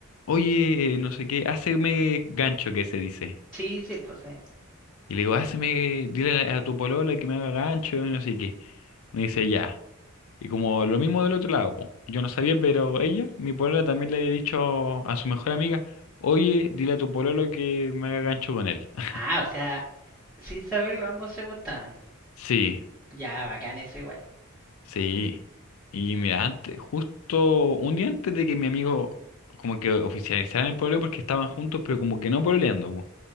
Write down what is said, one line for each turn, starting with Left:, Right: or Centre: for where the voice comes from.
Left: oye, eh, no sé qué, háceme gancho que se dice.
Centre: Sí, sí, pues sí.
Left: Y le digo, háceme, dile a a tu polola que me haga gancho, no sé qué. Me dice, ya. Y como lo mismo del otro lado, po. Yo no sabía, pero ella, mi polola, también le había dicho a su mejor amiga, oye, dile a tu pololo que me haga gancho con él. <laughs>
Centre: Ah, o sea, sin saberlo, ambos se gustaban.
Left: Sí,
Centre: Ya, bacán eso igual.
Left: sí. Y mira, antes, justo un día antes de que mi amigo como que oficializaran el pololeo porque estaban juntos, pero como que no pololeando, po.